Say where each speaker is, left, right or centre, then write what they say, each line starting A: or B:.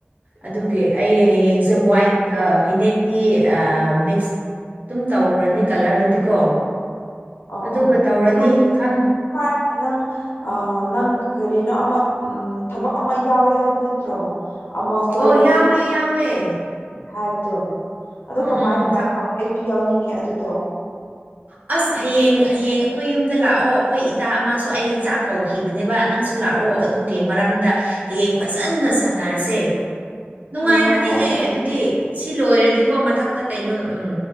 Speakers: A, on the left (about 65°); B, on the right (about 45°).
A: ꯎꯝ
B: ꯑꯗꯨꯒꯤ ꯑꯩ ꯍꯌꯦꯡꯁꯦ ꯋꯥꯏꯠꯀ ꯐꯅꯦꯛꯇꯤ ꯃꯤꯛꯁ ꯑꯗꯨꯝ ꯇꯧꯈ꯭ꯔꯅꯤ ꯀꯂꯔꯗꯨꯗꯤꯀꯣ
A: ꯑꯣ
B: ꯑꯗꯨꯒ
A: ꯑꯣ
B: ꯇꯧꯔꯅꯤ
A: ꯑꯗꯨ
B: ꯈꯪ
A: <inaudible> ꯅꯪ ꯑ ꯅꯪ ꯀꯔꯤꯅꯣ ꯑꯃ ꯎꯝ ꯊꯕꯛ ꯑꯃ ꯌꯥꯎꯋꯦ ꯍꯥꯏꯕ ꯅꯠꯇ꯭ꯔꯣ ꯑꯃ ꯀꯣꯏꯕ
B: ꯑꯣ ꯌꯥꯎꯋꯦ
A: ꯆꯠ
B: ꯌꯥꯎꯋꯦ
A: ꯍꯥꯏꯕꯗꯣ ꯑꯗꯨ
B: ꯎꯝ
A: ꯀꯃꯥꯏ
B: ꯎꯝ
A: ꯀꯃꯥꯏ
B: ꯊꯛ
A: ꯇꯧ ꯑꯩꯁꯨ ꯌꯥꯎꯅꯤꯡꯉꯤ ꯑꯗꯨꯗꯣ
B: ꯑꯁ ꯍꯌꯦꯡ ꯍꯌꯦꯡ ꯑꯩꯈꯣꯏ ꯌꯨꯝꯗ ꯂꯥꯛꯑꯣ ꯑꯩꯈꯣꯏ ꯏꯇꯥ ꯑꯃꯁꯁꯨ ꯑꯩ ꯆꯥꯛ ꯀꯧꯈꯤꯕꯅꯦꯕ ꯅꯪꯁꯨ ꯂꯥꯛꯑꯣ ꯑꯗꯨꯒꯤ ꯃꯔꯝꯗ ꯍꯌꯦꯡ ꯐꯖꯅ ꯁꯥꯟꯅꯔꯁꯦ ꯅꯨꯡꯉꯥꯏꯕꯅꯦꯍꯦ
A: ꯍꯣꯏ ꯍꯣꯏ ꯍꯣꯏ ꯊꯝꯃꯦ
B: ꯑꯗꯨꯗꯤ ꯁꯤ ꯂꯣꯏꯔꯗꯤꯀꯣ ꯃꯊꯛꯇ ꯀꯩꯅꯣ ꯎꯝ